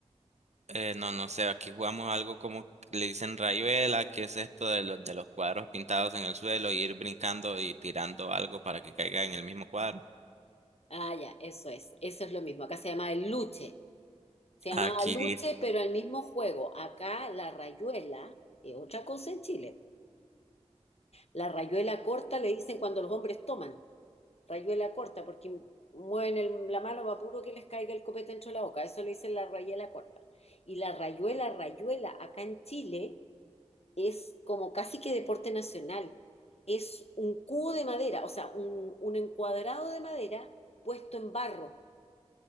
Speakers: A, on the right; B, on the left.
A: eh, no, no sé, aquí jugamos algo como le dicen rayuela, que es esto de los, de los cuadros pintados en el suelo, y ir brincando y tirando algo para que caiga en el mismo cuadro.
B: Ah, ya, eso es, eso es lo mismo. Acá se llamaba el luche. Se
A: Aquí,
B: llamaba luche, pero el mismo juego. Acá la rayuela, es otra cosa en Chile. La rayuela corta le dicen cuando los hombres toman. Rayuela corta, porque mueven el- la mano va puro que les caiga el copete dentro de la boca. Eso le dicen la rayuela corta. Y la rayuela, rayuela, acá en Chile es como casi que deporte nacional. Es un cubo de madera, o sea, un, un encuadrado de madera puesto en barro.